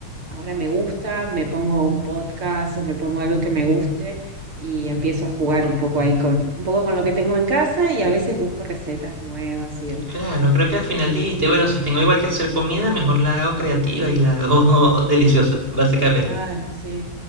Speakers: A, on the right; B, on the right.
A: ahora me gusta, me pongo un podcast o me pongo algo que me guste y empiezo a jugar un poco ahí con, un poco con lo que tengo en casa y a veces busco recetas nuevas y demás.
B: Claro, creo que al final dijiste, bueno, si tengo igual que hacer comida, mejor la hago creativa y la hago <laughs> deliciosa, básicamente.
A: Claro, sí,